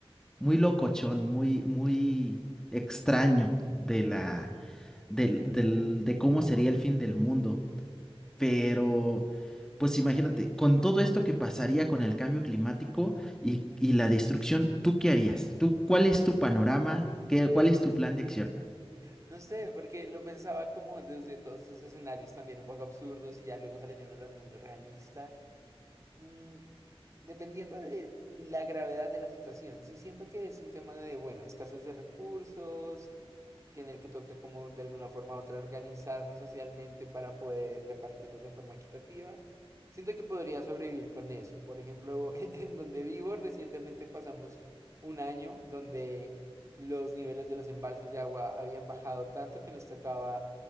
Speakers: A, in the centre; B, on the right.
A: muy locochón, muy, muy extraño de la, del, del- de cómo sería el fin del mundo. Pero, pues imagínate, con todo esto que pasaría con el cambio climático y, y la destrucción, ¿tú qué harías? ¿Tú, cuál es tu panorama? ¿Qué, cuál es tu plan de acción?
B: No sé, porque lo pensaba como desde todos estos escenarios también un poco absurdos y ya luego trayéndolo al mundo realista. Mm, dependiendo de la gravedad de la situación, sí siento que es un tema de, bueno, escasez de recursos, que en el que toca como de alguna forma u otra organizarnos socialmente para poder repartirlos de forma equitativa. Siento que podría sobrevivir con eso. Por ejemplo, <laughs> en donde vivo recientemente pasamos un año donde los niveles de los embalses de agua habían bajado tanto que nos tocaba